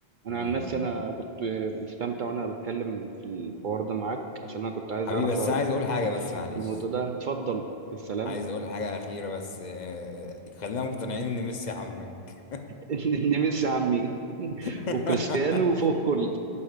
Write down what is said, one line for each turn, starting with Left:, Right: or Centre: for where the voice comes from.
Right: انا
Left: امم
Right: عن نفسي انا كنت مستمتع وانا بتكلم في الحوار ده معاك عشان انا كنت عايز
Left: حبيبي
Right: اعرف
Left: بس
Right: رايك
Left: انا عايز اقول حاجة بس معلش
Right: في الموضوع ده اتفضل يا سلام
Left: عايز اقول حاجه اخيره بس آه، آه، خلينا مقتنعين ان ميسي عمك
Right: <laughs> نمس عمي <laughs>
Left: <laughs>
Right: وكريستيانو وفوق الكل